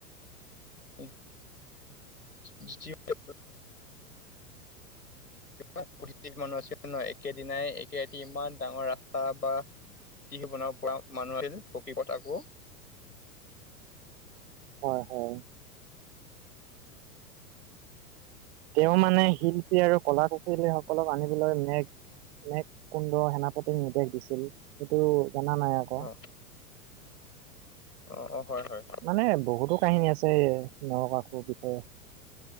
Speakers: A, on the left; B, on the right.
A: <inaudible> <unintelligible> মানুহ আছিল ন' একেদিনাই একেৰাটি ইমান ডাঙৰ ৰাস্তা বা তিহি বনাব পৰা মানুহ আছিল পকী পতাকো
B: হয়, হয়, তেওঁ মানে শিল্পী আৰু কলা কুশলী সকলক আনিবলৈ মেঘ <unintelligible> কুণ্ড সেনাপতিক নিৰ্দেশ দিছিল। সেইটো জানা নাই আকৌ।
A: অ অ অ হয় হয়
B: মানে বহুতো কাহিনী আছে এই নৰকাসুৰ বিষয়ে।